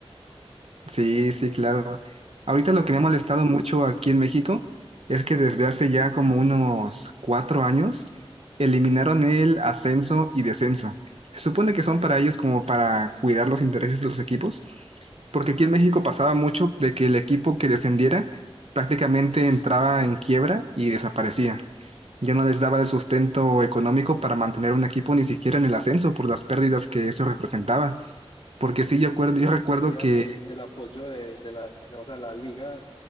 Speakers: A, on the right (about 80°); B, on the left (about 55°).
A: Sí, sí, claro. Ahorita lo que me ha molestado mucho aquí en México es que desde hace ya como unos cuatro años eliminaron el ascenso y descenso. Se supone que son para ellos como para cuidar los intereses de los equipos, porque aquí en México pasaba mucho de que el equipo que descendiera prácticamente entraba en quiebra y desaparecía. Ya no les daba el sustento económico para mantener un equipo ni siquiera en el ascenso por las pérdidas que eso representaba. Porque sí, yo acuerdo, yo recuerdo
B: Perdían
A: que
B: el, el apoyo de, de la, de- o sea, la liga.